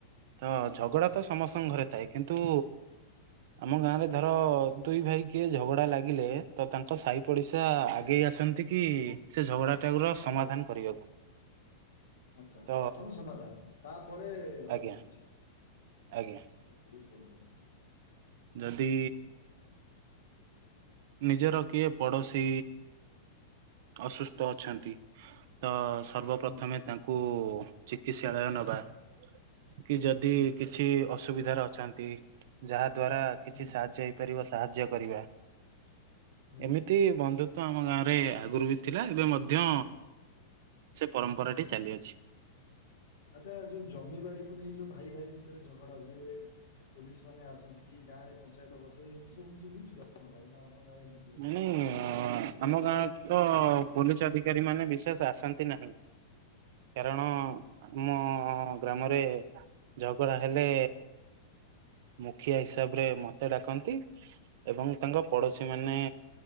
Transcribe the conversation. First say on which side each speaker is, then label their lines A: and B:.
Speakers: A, on the right; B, on the left.
A: ତ ଝଗଡ଼ାତ
B: ହୁଁ,
A: ସମସ୍ତଙ୍କ ଘରେ ଥାଏ କିନ୍ତୁ ଆମ ଗାଁରେ ଧର ଦୁଇ ଭାଇ କିଏ ଝଗଡ଼ା ଲାଗିଲେ ତ ତାଙ୍କ ସାଇ ପଡ଼ିଶା ଆଗେଇ ଆସନ୍ତିକି ସେ ଝଗଡ଼ାଟାଉର ସମାଧାନ କରିବାକୁ।
B: ଆଚ୍ଛା
A: ତ
B: ପ୍ରଥମେ ସମାଧାନ ତାପରେ ଅନ୍ୟ
A: ଆଜ୍ଞା
B: କିଛି।
A: ଆଜ୍ଞା।
B: ବହୁତ୍ ଭଲ। କଥା
A: ଯଦି ନିଜର କିଏ ପଡ଼ୋଶୀ ଅସୁସ୍ଥ ଅଛନ୍ତି ତ ସର୍ବପ୍ରଥମେ
B: ହୁଁ
A: ତାଙ୍କୁ ଚିକିତ୍ସାଳୟ ନବା। କି ଯଦି
B: ହୁଁ
A: କିଛି ଅସୁବିଧାରେ ଅଛନ୍ତି ଯାହା ଦ୍ୱାରା କିଛି
B: ହୁଁ
A: ସାହାଯ୍ୟ ହେଇ ପାରିବ ସାହାଯ୍ୟ କରିବା।
B: ହୁଁ
A: ଏମିତି ବନ୍ଧୁତ୍ଵ ଆମ ଗାଁରେ ଆଗରୁବି ଥିଲା ଏବେ ମଧ୍ୟ ସେ ପରମ୍ପରାଟି ଚାଲିଅଛି।
B: ଆଚ୍ଛା ଏଯଉ ଜମି ବାଡ଼ିକୁ ନେଇ ଯଉ ଭାଇ ଭାଇ ଭିତରେ ଝଗଡ଼ା ହୁଏ ପୋଲିସ୍ ମାନେ ଆସନ୍ତି ଗାଁରେ ପଞ୍ଚାୟତ ବସେ ଏମିତି ସବୁ କିଛି ହଉଚି ଆପଣ ଗାଁରେ ନା ଆପଣା ଗାଁରେ ଏମିତି କିଛି ହୁଏନା?
A: ନାଁଇ ଆମ ଗାଁକୁତ ପୋଲିସ୍ ଅଧିକାରୀ ମାନେ ବିଶେଷ୍ ଆସନ୍ତି ନାହିଁ। କାରଣ
B: ଆଚ୍ଛା
A: ଆମ ଗ୍ରାମରେ ଝଗଡ଼ା ହେଲେ ମୁଖିଆ ହିସାବରେ ମତେ ଡାକନ୍ତି ଏବଂ ତାଙ୍କ ପଡୋଶୀ
B: ଆଚ୍ଛା
A: ମାନେ